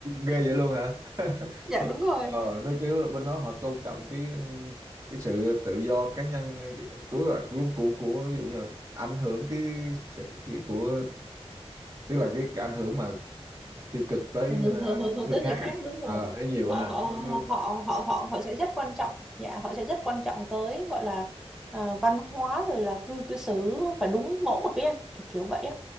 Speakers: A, on the right (about 30°); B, in the centre.
A: ghê vậy luôn hả <laughs>
B: <laughs> dạ đúng rồi
A: ờ nó kiểu bên đó họ tôn trọng cái cái sự tự do cá nhân của của của, của ví dụ như là ảnh hưởng cái sự cái, của tức là cái, cái ảnh hưởng mà tiêu cực tới
B: ảnh hưởng
A: ờ,
B: hưởng hưởng hưởng
A: người
B: tới
A: khác
B: người khác
A: á
B: đúng rồi
A: ờ thấy nhiều
B: họ
A: ha
B: họ
A: Nó- nó-
B: họ họ họ họ sẽ rất quan trọng dạ họ sẽ rất quan trọng tới gọi là ờ, văn hóa rồi là cư cư xử và đúng mẫu mực ấy anh kiểu kiểu vậy á